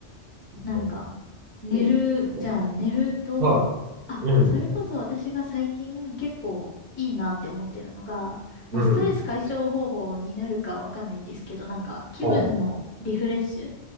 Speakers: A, on the left; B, on the right.
A: なんか、
B: ま
A: 寝る、
B: ね、ま
A: じゃあ寝ると、
B: は
A: あ、
B: い。うん。
A: それこそ私が最近結構いいなって思ってるのが、
B: うん。
A: まあストレス解消方法になるかわかんないんですけど、なんか気分のリフレッシュ
B: は